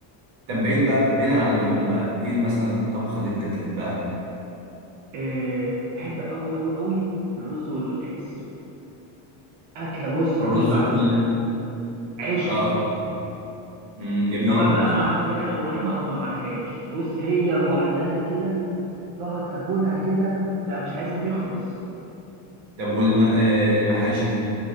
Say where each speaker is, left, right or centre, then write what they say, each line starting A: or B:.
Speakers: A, on the right; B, on the right.
A: طب بعيد بقى بعيدا عن اللحوم بقى ايه مثلا الطبخه اللي انت بتحبها
B: أه بحب قوي قوي قوي الرز والقلقاس اكله بص
A: الرز
B: مفيش بعد
A: وال...
B: كده عشق
A: اه أمم، جميل
B: سواء
A: الرز
B: بقى معاها فراخ او لحمه او ما معاهاش بص هي لوحدها كده تقعد تاكلها كده تبقى مش عايزه تخلص
A: طب والم... آه، المحاشي